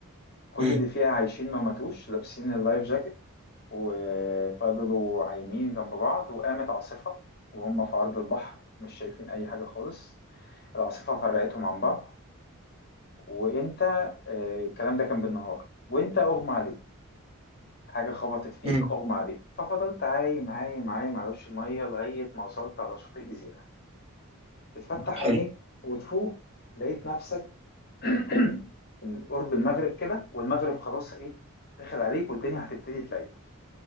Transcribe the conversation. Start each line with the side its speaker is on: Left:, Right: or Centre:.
Left: كل
Right: مم.
Left: اللي فيها عايشين ما ماتوش لابسين اللايف جاكيت وفضلوا عايمين جنب بعض وقامت عاصفة وهم في عرض البحر مش شايفين أي حاجة خالص العاصفة فرقتهم عن بعض وأنت آه، الكلام ده كان بالنهار وأنت أغمى عليك حاجة خبطت فيك
Right: مم.
Left: أغمى عليك ففضلت عايم عايم عايم على وش المية لغاية ما وصلت على شاطئ جزيرة بتفتح
Right: حلو
Left: عينيك وتفوق لقيت نفسك <coughs> <clears throat> قرب المغرب كده والمغرب خلاص ايه داخل عليك والدنيا هتبتدي تليل